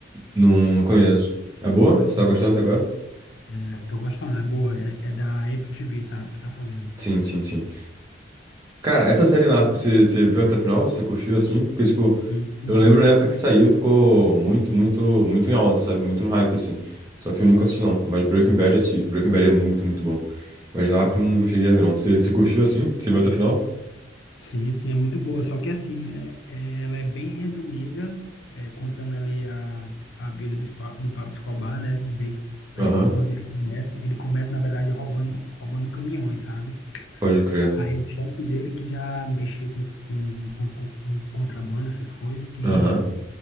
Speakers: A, on the right; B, on the left.
A: Não, não conheço. É boa?
B: conhece
A: Você tá
B: o nome.
A: gostando até agora?
B: É, tô gostando, é boa, é, é da Apple TV, sabe? Que tá fazendo.
A: Sim, sim, sim. Cara, essa série Narcos, você, você viu até o final? Você curtiu assim? Porque, tipo,
B: Sim,
A: eu lembro na época que saiu, ficou muito, muito, muito em alta, sabe? Muito no hype, assim. Só que eu nunca assisti, não. Mas Breaking Bad assisti. Breaking Bad é muito, muito bom. Mas Narcos não não cheguei a ver, não. Você, você curtiu assim? Você viu até o final?
B: Sim, sim, é muito boa. Só que assim, né? é, Ela é bem resumida, é, contando ali a, a vida do, Spa- do Pablo Escobar, né? Desde é,
A: Aham.
B: quando ele começa. Ele começa, na verdade, roubando, roubando caminhões, sabe?
A: Pode crer.
B: Aí o chefe dele, que já mexia com, com, com, com- com contrabando, essas coisas, que,
A: Aham.